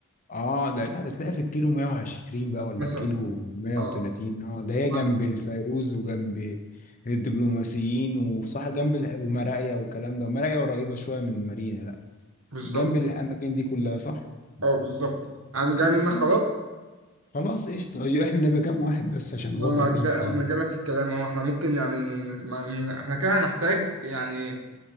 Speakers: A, on the left (about 35°); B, on the right (about 65°).
A: اه ده لا ده تلاقي في الكيلو 120 بقى ولا
B: مثلا
A: الكيلو 130
B: اه
A: اه ده هي
B: مثلا
A: جنب الفيروز وجنب الدبلوماسيين وصح جنب ال- ومراقيا والكلام ده مراقيا قريبة شوية من المارينا لا
B: بالظبط
A: جنب الأماكن دي كلها صح
B: اه بالظبط انا جاي منك
A: ماشي
B: خلاص
A: خلاص قشطة هي احنا نبقى كام واحد بس عشان
B: ما
A: أظبط
B: ما جا-
A: نفسي
B: انا جاي لك في الكلام اهو احنا ممكن يعني نز- ما- نز- احنا كده هنحتاج يعني